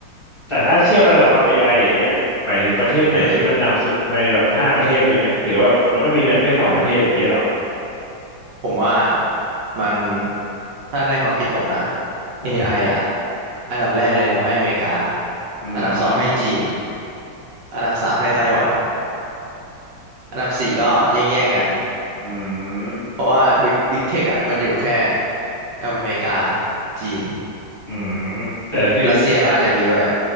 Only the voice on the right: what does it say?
อืมผมว่ามันถ้าในความคิดผมนะ AI
อไออ่ะอันดับแรกเลยผมให้อเมริกา
อันดับสองให้จีนอันดับสามให้ไต้หวันอันดับสี่ก็แย่งๆกัน
เพราะว่าบิ๊กบิ๊กเทคอ่ะมันอยู่แค่อเมริกาจีน
รัสเซียก็อาจจะมีด้วย